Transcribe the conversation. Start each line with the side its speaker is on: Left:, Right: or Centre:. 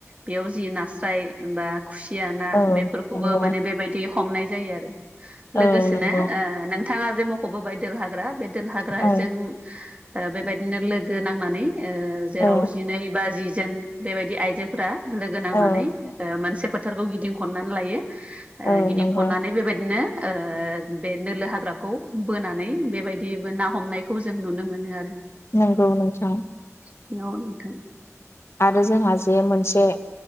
Right: बेयाव जि नास्राय एबा खुसिया ना
Left: औ
Right: बेफोर
Left: नंगौ
Right: खौबो माने बेबायदि हमनाय जायो आरो लोगोसेनो
Left: औ नंगौ
Right: ओ नों थाङा जे मख'बोबाय दोल हाग्रा बे देल हाग्राजों
Left: औ
Right: ओ बेबायदिनो लोगो नांनानै ओ जेराव
Left: औ
Right: जिनै बा जिजोन बेबायदि आइजो फोरा लोगो नांनानै
Left: औ
Right: ओ मोनसे फोथारखौ गिदिं खननानै लायो। ओ
Left: औ
Right: गिदिं
Left: नंगौ
Right: खननानै बेबायदिनो ओ बे नोलो हाग्रा खौ बोनानै बेबायदिबो ना हमनायखौ जों नुनो मोनो आरो।
Left: नंगौ नोंथां।
Right: ज <unintelligible> नोथां।
Left: आरो जोंहा जे मोनसे